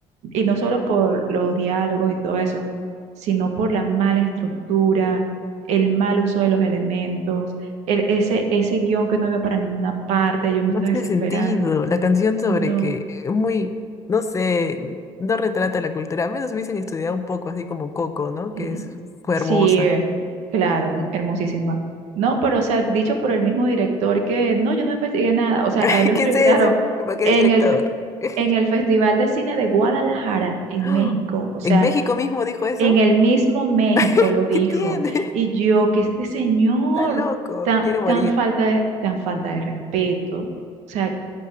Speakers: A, on the right (about 75°); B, on the left (about 25°).
A: Y no solo por los diálogos y todo eso, sino por la mala estructura, el mal uso de los elementos, el, ese, ese guión que no iba para ninguna parte, yo me
B: No
A: estaba
B: tiene
A: desesperando.
B: sentido. La canción sobre
A: No.
B: que es muy, no sé, no retrata la cultura. A menos hubiesen estudiado un poco, así como Coco, ¿no?
A: Mm,
B: Que es, fue
A: Sí,
B: hermosa.
A: eh, claro, m- hermosísima. No, pero o sea, dicho por el mismo director que no, yo no investigué nada. O sea,
B: <laughs>
A: a él lo entrevistaron
B: ¿Qué es eso? ¿Para qué
A: en
B: director?
A: el, fe-
B: <gasps>
A: en el Festival de Cine de Guadalajara, en
B: ¡Ah!
A: México. O sea,
B: ¿En México mismo dijo eso?
A: en el mismo México
B: <laughs>
A: lo dijo.
B: ¿Qué tiene? <laughs>
A: Y yo, que este señor,
B: Está loco.
A: tan,
B: Quiero morir.
A: tan falta de, tan falta de respeto. O sea,